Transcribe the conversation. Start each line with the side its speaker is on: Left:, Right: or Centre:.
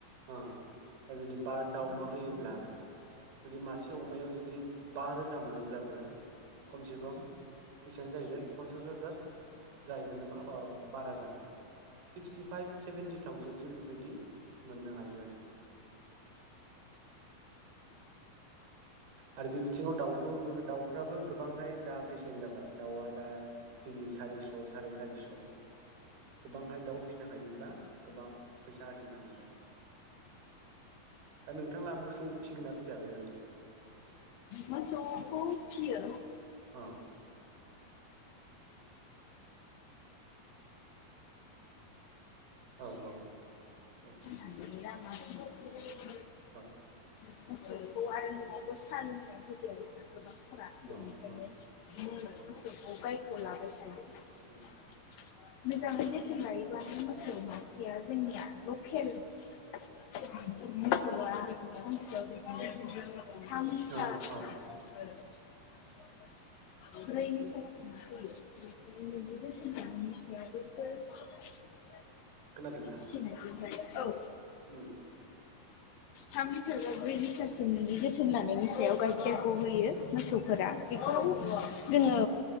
Right: ओ दा जुदि बारोथा अमा होयोब्ला जुदि मासे अमायाव जुदि बा रोजा मोनोब्लाबो खमसे खम बिसां जाहैगोन पन्सास हाजार जाहैगोन नामा अ बारा जाहैयो सिक्सटि फाइभ सेभेन्टि थाउजेन्ड सो बेबायदि मोननो हायो आरो। आरो बे बिथिङाव दाउबो गो दाउफ्राबो गोबांहाय दा बेसेन जाबा य दाउआ दा कि जि सारिस' साराय सारिस'। गोबांहाय दाउ फिनो हायोब्ला गोबां फैसा आरजिनो हायो आरो। दा नोंथांआ मोसौ फिगोना फिया बेबायदि?
Left: मोसौखौ फियो।
Right: ओं औ औ ए
Left: <inaudible> <inaudible> <inaudible> <inaudible> आरजियो
Right: औ
Left: <inaudible> <inaudible>
Right: औ औ औ
Left: <inaudible>
Right: उम <inaudible>
Left: मोसौ मासेया जोंनिया <inaudible> <inaudible>
Right: औ औ
Left: <inaudible> <inaudible>
Right: खोनादोंना?
Left: फिसिनायनिफ्राय औ
Right: उम
Left: थाम लिटार बा ब्रै लिटारसिम जोथोन लानायनि सायाव गाइखेरखौ होयो मोसौफोरा
Right: उम
Left: बेखौ
Right: उम
Left: जोङो